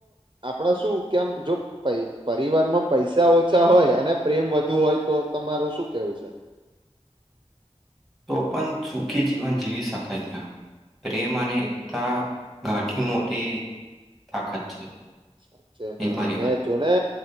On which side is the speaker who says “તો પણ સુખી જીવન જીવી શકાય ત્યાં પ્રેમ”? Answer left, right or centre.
Centre